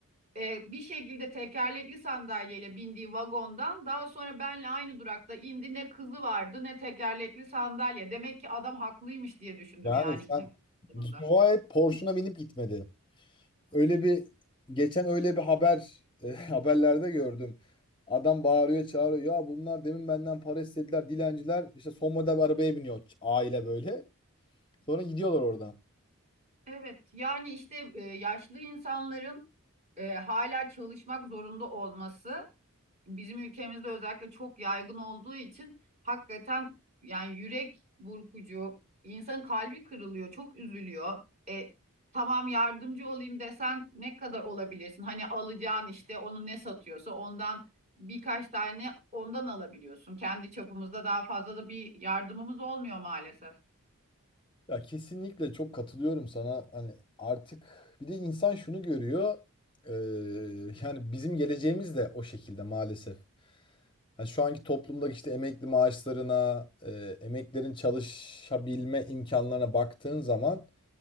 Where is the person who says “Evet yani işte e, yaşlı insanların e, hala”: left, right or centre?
Right